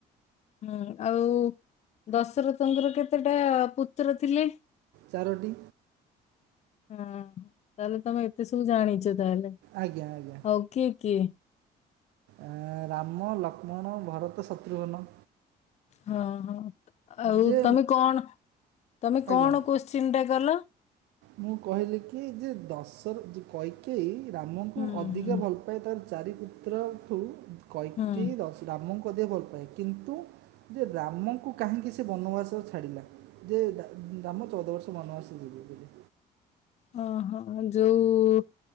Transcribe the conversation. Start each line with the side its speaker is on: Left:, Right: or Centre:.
Left: ହୁଁ ଆଉ ଦଶରଥଙ୍କର କେତେଟା ପୁତ୍ର ଥିଲେ?
Right: ଚାରୋଟି।
Left: ହଁ ତାହେଲେ ତମେ ଏତେ ସବୁ ଜାଣିଛ ତାହେଲେ?
Right: ଆଜ୍ଞା ଆଜ୍ଞା।
Left: କୈକେଇ କିଏ?
Right: ଆ ରାମ ଲକ୍ଷ୍ମଣ ଭରତ ଶତ୍ରୁଘ୍ନ।
Left: ହଁ ହଁ ଆଉ
Right: ଯେ
Left: ତମେ କଣ ତମେ
Right: ଆଜ୍ଞା
Left: କଣ କୋଶ୍ଚିନ୍ ଟା କଲ?
Right: ମୁଁ କହିଲି କି ଯେ ଦଶର କୈକେୟୀ ରାମଙ୍କୁ
Left: ହୁଁ
Right: ଅଧିକା
Left: ହୁଁ
Right: ଭଲ ତାର ଚାରିପୁତ୍ରଠୁ କୈକେୟୀ
Left: ହୁଁ
Right: ଦଶ ରାମଙ୍କୁ ଅଧିକା ଭଲ ପାଏ କିନ୍ତୁ ଯେ ରାମଙ୍କୁ କାହିଁକି ସେ ବନବାସ ଛାଡ଼ିଲା। ଯେ ଦା ଦାମ ଚଉଦ ବର୍ଷ ବନବାସ ଯିବେବୋଲି।
Left: ହଁ ହଁ ଯୋଉ